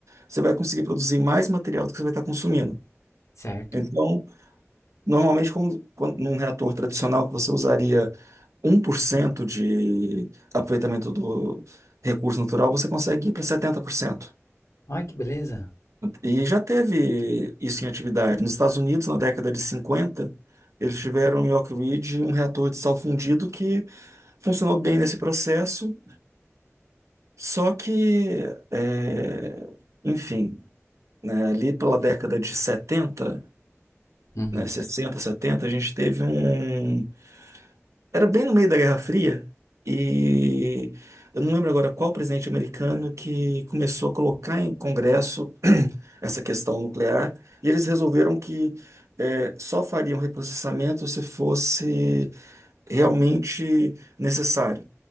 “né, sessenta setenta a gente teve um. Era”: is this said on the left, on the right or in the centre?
Right